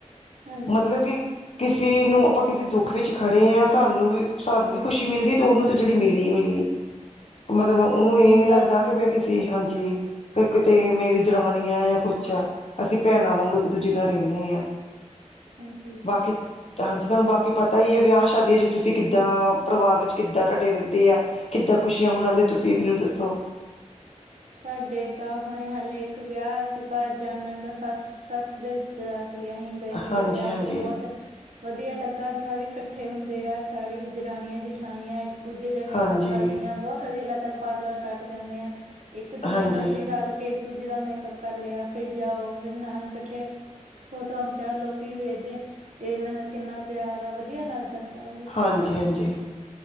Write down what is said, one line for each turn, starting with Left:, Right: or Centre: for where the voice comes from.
Right: ਹਾਂਜੀ,
Left: ਮਤਲਬ
Right: ਇਹ
Left: ਕਿ ਕਿਸੀ ਨੂੰ ਆਪਾਂ ਕਿਸੀ ਦੁੱਖ ਵਿੱਚ ਖੜੇ ਆਂ, ਸਾਨੂੰ ਵੀ, ਸਾਨੂੰ ਵੀ ਖੁਸ਼ੀ ਮਿਲਦੀ, ਤੇ ਓਨੂੰ ਤੇ ਜੇੜੀ ਮਿਲੀ ਈ ਮਿਲੀ। ਮਤਲਬ ਓਨੂੰ
Right: ਬਹੁਤ
Left: ਏ ਨੀ ਲੱਗਦਾ ਕਿ ਮੈਂ
Right: ਆ,
Left: ਕਿਸੇ- ਸੀ ਹਾਂਜੀ, ਕ ਕਿਤੇ ਮੇਰੀ ਦਰਾਨੀ ਐ ਯਾ ਕੁੱਛ ਐ। ਭੈਨਾਂ ਵਾਂਗੂ ਇੱਕ ਦੂਜੇ ਨਾਲ ਰੈਨੇ ਆਂ,
Right: ਹਾਂਜੀ।
Left: ਬਾਕੀ ਹਾਂਜੀ, ਤੂਆਨੂੰ ਬਾਕੀ ਪਤਾ ਈ ਐ, ਵਿਆ ਸ਼ਾਦੀਆਂ ਚ ਤੂਸੀ ਕਿੱਦਾਂ, ਪਰਿਵਾਰ ਵਿੱਚ ਕਿੱਦਾਂ ਤੂਆਡੇ ਰੈਂਦੇ ਆ। ਕਿੱਦਾਂ ਖੁਸ਼ੀਆਂ ਮਨਾਂਦੇ, ਤੂਸੀ ਅਪਨੀ ਓ ਦੱਸੋ?
Right: ਸਾਡੇ ਤਾਂ ਹੁਣੇ ਹਾਲੇ ਇੱਕ ਵੇਆ ਸੀਗਾ, ਜਾਨਨ ਦਾ ਸਾੱਸ ਸਾੱਸ ਦੇ ਰਿਸ਼ਤੇਦਾਰ ਸੀਗੇ, ਅਹੀਂ ਗਏ ਸੀਗੇ
Left: ਹਾਂਜੀ
Right: ਵੇਆ
Left: ਹਾਂਜੀ
Right: ਚ ਬੋਤ ਵਦੀਆ ਲੱਗਾ, ਸਾਰੇ ਕੱਠੇ ਹੁੰਦੇ ਆ, ਸਾਰੀ ਦਰਾਨੀਆਂ, ਜਠਾਨੀਆਂ ਇੱਕ ਦੂਜੇ ਦੇ ਮੇਕਅੱਪ
Left: ਹਾਂਜੀ
Right: ਕਰਦੀਆਂ, ਬੋਤ ਵਦੀਆ ਲੱਗਦਾ, ਪਾਰਲਰ ਘਾੱਟ ਜਾਂਨੇ ਆਂ। ਇੱਕ ਦੂਜੇ
Left: ਹਾਂਜੀ
Right: ਨਾਲ ਈ ਰਾੱਲ ਕੇ, ਇੱਕ ਦੂਜੇ ਦਾ ਮੇਕਅਪ ਕਾਰ ਲੇਆ, ਫੇਰ ਜਾਓ ਫਿਰ ਨਾਲ ਕੱਠੇ ਫੋਟੋਆਂ ਖਿਚਾਓ ਲੋਕੀ ਵੇਖਦੇ ਆਂ, ਕਿ ਏਨਾਂ ਦਾ ਕਿੰਨਾ ਪੇਆਰ ਆ, ਵਦੀਆ ਲਾੱਗਦੈ ਸਾਰਾ ਕੁੱਛ
Left: ਹਾਂਜੀ
Right: ਕੱਠੇ,
Left: ਹਾਂਜੀ